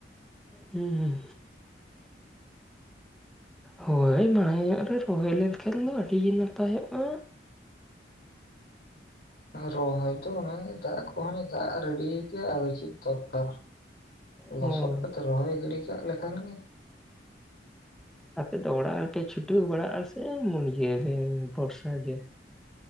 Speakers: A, in the centre; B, on the left.
A: ᱦᱩᱸ ᱦᱩᱸ ᱦᱳᱭ ᱢᱟᱲᱟᱝ ᱧᱚᱜ ᱨᱮ ᱨᱚᱦᱚᱭ ᱞᱮᱱᱠᱷᱟᱱ ᱫᱚ ᱟᱹᱰᱤᱜᱮ ᱱᱟᱯᱟᱭᱚᱜᱼᱟ
B: ᱨᱚᱦᱚᱭ ᱛᱚ ᱚᱱᱟ ᱮᱴᱟᱜ ᱠᱚᱦᱚᱸ ᱫᱟᱜ ᱨᱮᱰᱤ ᱠᱟᱜ ᱟ ᱟᱫᱚ ᱪᱮᱫ ᱫᱚᱨᱠᱟᱨ
A: ᱦᱳᱭ
B: ᱞᱚᱥᱚᱫ ᱠᱟᱛᱮ ᱨᱚᱦᱚᱭ ᱜᱤᱰᱤ ᱠᱟᱜ ᱞᱮᱠᱷᱟᱱ ᱜᱮ
A: ᱟᱯᱮᱫᱚ ᱚᱲᱟᱜ ᱨᱮᱯᱮ ᱪᱷᱩᱴᱟᱹᱣ ᱵᱟᱲᱟᱜᱼᱟ ᱥᱮ ᱢᱩᱨᱜᱤᱭᱟᱹ ᱮ ᱵᱷᱚᱨᱥᱟ ᱜᱮ